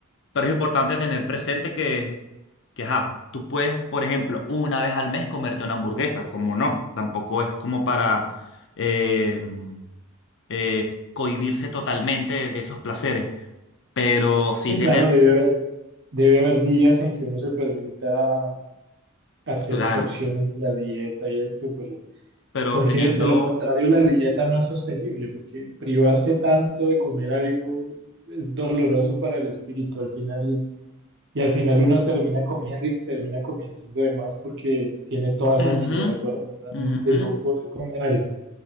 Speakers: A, on the left; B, on the right.
A: Pero es importante tener presente que, que, ajá, tú puedes, por ejemplo, una vez al mes comerte una hamburguesa, como no, tampoco es como para eh, eh, cohibirse totalmente de esos placeres, pero sí
B: Sí,
A: tener,
B: claro, debe haber, debe haber días en que uno se permita hacer
A: claro,
B: excepciones en la dieta y esto, pero
A: pero
B: Porque
A: teniendo,
B: de lo contrario la dieta no es sostenible, porque privarse tanto de comer algo es doloroso para el espíritu al final y, y al final uno termina comiendo y termina comiendo de más porque tiene toda esa
A: ujú,
B: ansiedad guardada
A: ujú,
B: de, de no poder comer algo.